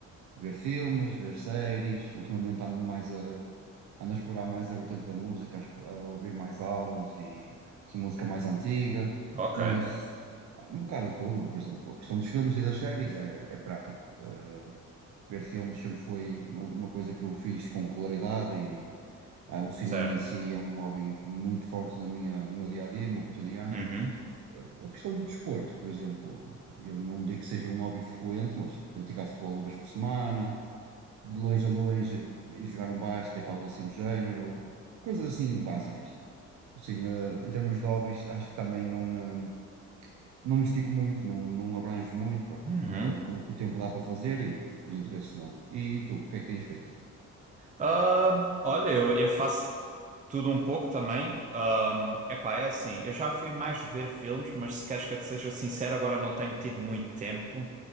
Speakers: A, on the right; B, on the right.
A: ver filmes, ver séries. Ultimamente ando mais a, ando a explorar mais a vertente da música, a, expo- a ouvir mais álbuns e assim, música mais antiga,
B: ok,
A: mas há um bocado de tudo. Por exemplo, a questão dos filmes e das séries é, é prático. Eh, ver filmes sempre foi uma, uma coisa que eu fiz com regularidade Ah, o cinema
B: certo.
A: em si é um hobby muito forte na minha, no meu dia a dia, no meu cotidiano.
B: Uhum,
A: Ah, A questão do desporto, por exemplo, eu não digo que seja um hobby frequente, mas praticar futebol uma vez por semana, de longe a longe, e jogar um basquete, algo assim do género, coisas assim básicas. Sim, eh, em termos de hobbies, acho que também não, eh, não me estico muito, não, não abranjo muito, pronto.
B: uhum.
A: É o, que o que o tempo dá para fazer e o, o que os interesses dão. E tu, o que é que tens feito?
B: Ah, olha, eu, eu faço tudo um pouco também. Ahm, epá, é assim, eu já fui mais de ver filmes, mas se queres que eu te seja sincero, agora não tenho tido muito tempo.